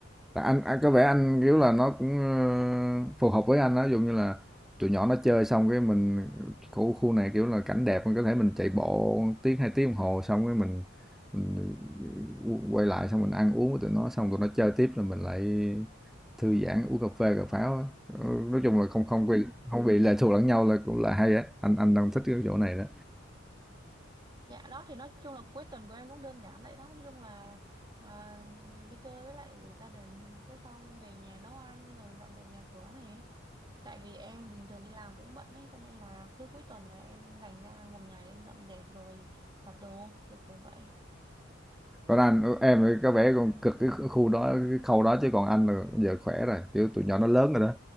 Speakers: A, in the centre; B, on the right.
A: Là anh, anh có vẻ anh kiểu là nó cũng ờ, phù hợp với anh đó, ví dụ như là tụi nhỏ nó chơi xong cái mình khu khu này kiểu là cảnh đẹp mình có thể mình chạy bộ tiếng hai tiếng đồng hồ xong cái mình, mình quay lại xong mình ăn uống với tụi nó xong tụi nó chơi tiếp là mình lại thư giãn uống cà phê cà pháo á. Ờ, nói chung là không không
B: Ừ.
A: bị không bị lệ thuộc lẫn nhau là cũng là hay á anh anh đang thích cái chỗ này đó
B: Dạ đó thì nói chung là cuối tuần của em cũng đơn giản vậy đó Nói chung là à, đi chơi với lại gia đình Cái xong về nhà nấu ăn rồi dọn dẹp nhà cửa này Tại vì em bình thường đi làm cũng bận ấy Cho nên là cứ cuối tuần là em dành ra một ngày em dọn dẹp rồi giặt đồ kiểu kiểu vậy
A: còn anh em thì có vẻ còn cực cái khu đó cái khâu đó chứ còn anh là giờ khỏe rồi kiểu tụi nhỏ nó lớn rồi đó